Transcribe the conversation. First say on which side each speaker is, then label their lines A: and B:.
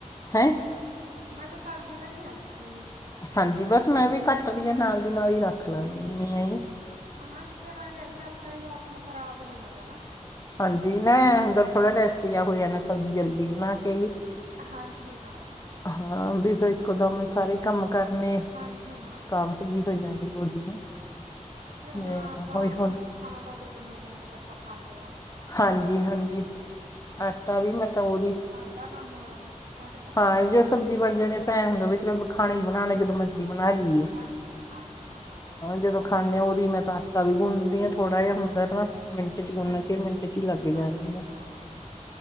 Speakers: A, on the left; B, on the right.
A: ਹੈਂ!
B: ਮੈਂ ਤਾਂ ਸਬਜ਼ੀ ਧਰੀ ਜਾਂਦੀ ਸੀਗੀ।
A: ਹਾਂਜੀ, ਬੱਸ ਮੈਂ ਵੀ ਕੱਟਦੀ ਹਾਂ ਨਾਲ ਦੀ ਨਾਲ ਹੀ ਰੱਖ ਲਾਂਗੀ ਨੀ ਏ।
B: ਹਾਂਜੀ, ਫੇਰ ਐ ਆ ਵੀ ਆਥਨੇ ਮੌਸਮ ਖ਼ਰਾਬ ਹੋ ਜਾਂਦਾ ਨਾ।
A: ਹਾਂਜੀ, ਨੈ ਹੁੰਦਾ ਥੋੜ੍ਹਾ ਰੈਸਟ ਜਿਹਾ ਹੋ ਜਾਂਦਾ, ਸਬਜ਼ੀ ਜਲਦੀ ਬਣਾ ਕੇ।
B: ਹਾਂਜੀ, ਹਾਂ।
A: ਹਾਂ। ਵੀ ਫਿਰ ਇੱਕੋ ਦਮ ਸਾਰੇ ਕੰਮ ਕਰਨੇ
B: ਹਾਂਜੀ ਹਾਂ
A: ਕੰਮ। ਟੀਲੀ ਹੋਈ ਜਾਂਦੀ, ਬੋਡੀ ਨੂੰ
B: ਫਿਰ
A: ਮੈਂ
B: ਹੁਣ ਆਪਾਂ
A: ਹੌਲੀ ਹੌਲੀ
B: ਖਾਣਾ ਤਾਂ ਉਦੋਂ ਬਣਾਉਂਦੇ ਹਾਂ, ਜਦ ਆਪਾਂ ਖਾਂਦੇ ਹਾਂ।
A: ਹਾਂਜੀ, ਹਾਂਜੀ ਆਟਾ ਵੀ ਮੈਂ ਤਾਂ ਉਹਦੀ
B: ਏਡਾ ਕੰਮ ਹੈ। ੳਹਨੂ ਘੱਟ ਜਾਂਦਾ
A: ਹਾਂ, ਜੇ ਸਬਜ਼ੀ ਬਣ ਜਾਂਦੀ। ਪੈਨ ਵਿਚ ਹੁੰਦਾ ਵੀ ਚਲੋ ਖਾਣਾ ਹੀ ਬਣਾਣੇ ਜਦੋਂ ਮਰ ਬਣਾ ਲਈ ਏ।
B: ਹਾਂ ਹਾਂਜੀ ਹਾਂ
A: ਜਦੋਂ, ਖਾਂਨੇ ਆ। ਉਦੀ ਮੈਂ ਤਾਂ ਆਟਾ ਵੀ ਗੁੰਣਦੀ ਹਾਂ, ਥੋੜਾ ਜਿਹਾ ਹੁੰਦਾ ਹੈ। ਮਿੰਟ ਚ ਗੁੰਨ
B: ਹਾਂਜੀ
A: ਕੇ, ਮਿੰਟ ਚ ਹੀ ਲੱਗ
B: ਹਾਂਜੀ
A: ਜਾਣੀ ਆ।
B: ਹਾਂ